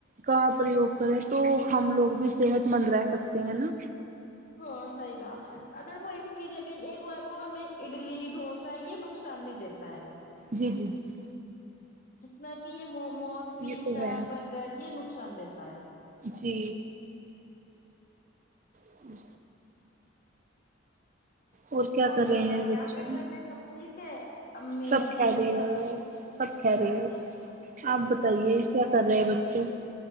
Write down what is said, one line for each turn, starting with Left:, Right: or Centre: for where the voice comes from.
Right: کا پریوگ کریں تو ہم لوگ بھی صحت مند رہ سکتے ہیں نا
Left: ہاں صحیح کہا اگر وہ اس کی جگہ ایک بار کو ہمیں اڈلی ڈوسا یہ نقصان نہیں دیتا پتا ہے
Right: جی جی جی جی
Left: جتنا کہ یہ موموز پیزا
Right: یہ تو ہے
Left: برگر یہ نقصان دیتا ہے
Right: جی جی اور کیا کر
Left: فرمائیے
Right: رہے ہیں بچے
Left: آپ کے گھر میں سب ٹھیک ہے امی
Right: سب
Left: ابو
Right: خیریت
Left: سب
Right: سب خیریت
Left: اچھا
Right: آپ بتائیے
Left: اچھا اچھا
Right: کیا کر رہے ہیں بچے